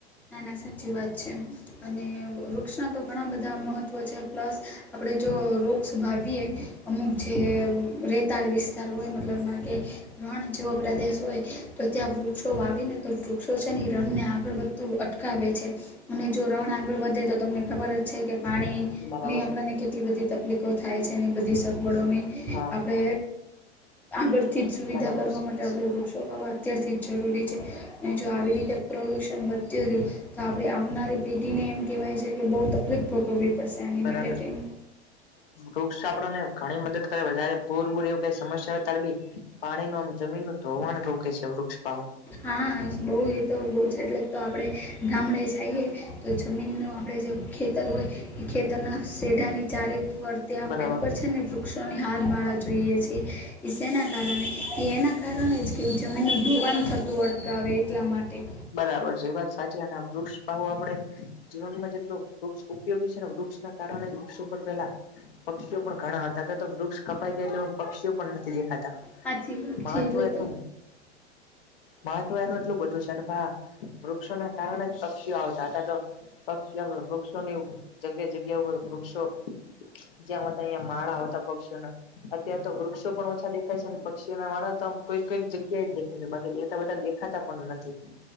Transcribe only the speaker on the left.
એમ બરાબર
હા.
બરાબર
છે
બરાબર
વૃક્ષ આપણને ઘણી મદદ કરે વધારે પૂરબૂર એવું કઈ સમસ્યા હોય ત્યારે બી પાણી નુ આમ જમીન નુ ધોવાણ રોકે છે, વૃક્ષપાવ
બરાબર
બરાબર છે, એ વાત સાચી અને વૃક્ષપાવ આપણે જીવનમાં જેટલું વૃક્ષ ઉપયોગી છે, ને વૃક્ષના કારણે વૃક્ષ ઉપર પેલા પક્ષીઓ પણ ઘણા હતાતા તો વૃક્ષ કપાઈ ગયા એટલે પક્ષીઓ પણ નથી દેખાતા
મહત્વ
એટલુ
મહત્વ એનું એટલું બધું છે, ને પા વૃક્ષોના કારણે જ પક્ષીઓ આવતા હતા તો પક્ષી વૃક્ષોની જગ્યા જગ્યા ઉપર વૃક્ષો જ્યાંતા અયાયા માળા હતા પક્ષીના અત્યારે તો વૃક્ષો પણ ઓછા દેખાય છે, ને પક્ષીને વાળા તો આમ કોઈ કઈક જગ્યાએ દે બાકી બેઠા બેઠા દેખાતા પણ નથી.